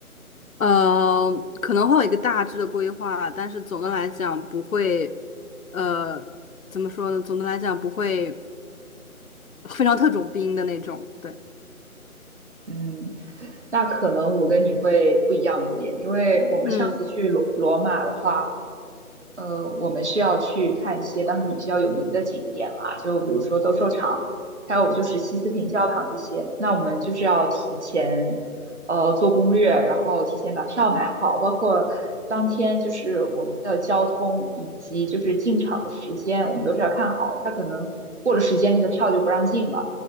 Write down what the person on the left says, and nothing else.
呃，可能会有一个大致的规划，但是总的来讲不会，呃，怎么说呢？总的来讲不会非常特种兵的那种。对，
嗯。